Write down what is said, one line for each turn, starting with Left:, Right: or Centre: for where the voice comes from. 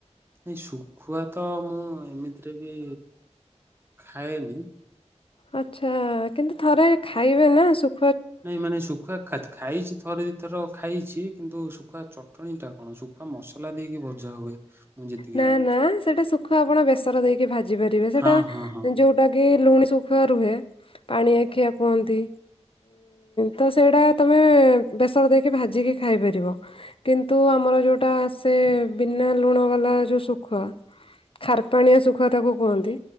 Right: ଏ ଶୁଖୁଆ ତ ମୁଁ ଏମିତିରେ ବି ଖାଏନି।
Left: ଆଚ୍ଛା କିନ୍ତୁ ଥରେ ଖାଇବେ ନା ଶୁ।
Right: ନାଇଁ ମାନେ ଶୁଖୁଆ ଖା ଖାଇଛି ଥରେ। ଥର ଖାଇଛି କିନ୍ତୁ ଶୁଖୁଆ ଚଟଣିଟା କଣ ଶୁଖୁଆ ମସଲା ଦେଇକି ଭଜା ହୁଏ। ମୁଁ ଯେତିକି
Left: ନା
Right: ଜାଣିଛି।
Left: ନା ସେଟା ଶୁଖୁଆ ଆପଣ ବେସର ଦେଇକି ଭାଜି ପାରିବେ ସେଟା
Right: ହଁ ହଁ ହଁ
Left: ଯୋଉଟା କି। ଲୁଣି ଶୁଖୁଆ ରୁହେ ପାଣି ଆଖିଆ କୁହନ୍ତି ତ ସେଇଟା ତମେ ବେସର ଦେଇକି ଭାଜିକି ଖାଇପାରିବ କିନ୍ତୁ ଆମର ଯେଉଁଟା ଆସେ ବିନା ଲୁଣ। କଲ ଯ ଶୁଖୁଆ ଖାର ପାଣିଆ ଶୁଖୁଆ ତାକୁ କହନ୍ତି